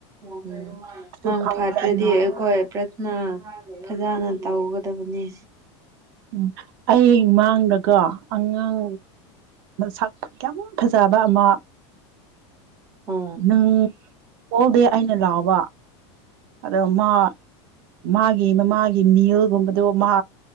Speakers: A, on the right (about 20°); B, on the right (about 50°).
A: ꯎꯝ
B: ꯑꯗꯨ
A: ꯃꯪ
B: ꯐꯪꯗꯦ
A: ꯐꯥꯗ꯭ꯔꯗꯤ
B: ꯑꯩ
A: ꯑꯩꯈꯣꯏ ꯄ꯭ꯔꯠꯅꯥ ꯐꯖꯅ ꯇꯧꯒꯗꯕꯅꯦ
B: ꯎꯝ ꯑꯩ ꯃꯥꯡꯗꯒꯣ ꯑꯉꯥꯡ ꯁꯥꯛ ꯌꯥꯝ ꯐꯖꯕ ꯑꯃ
A: ꯑꯣ ꯎꯝ
B: ꯅꯪ ꯀꯣꯛꯎꯗꯦ ꯑꯩꯅ ꯂꯥꯛꯕ ꯑꯗꯣꯃ ꯃꯥꯒꯤ ꯃꯃꯥꯒꯤ ꯃꯤꯜꯒꯨꯝꯕꯗꯣ ꯃꯥ